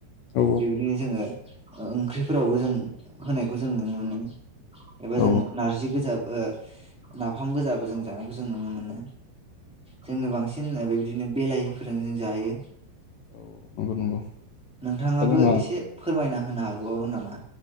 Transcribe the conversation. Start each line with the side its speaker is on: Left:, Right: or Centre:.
Left: औ
Centre: बेबायदिनो जोङो अ ओंख्रिफोरावबो जों होनायखौ जों नुनो मोनो एबा
Left: औ
Centre: जों नारजि गोजा ओ नाफाम गोजाबो जों जानायखौ जों नुनो मोनो जोङो बांसिन बेबायदिनो बेलाहिफोरजों जों जायो
Left: औ नंगौ नंगौ
Centre: नोंथाङाबो
Left: दा जोंहा
Centre: एसे फोरमायना होनो हागो बावो नामा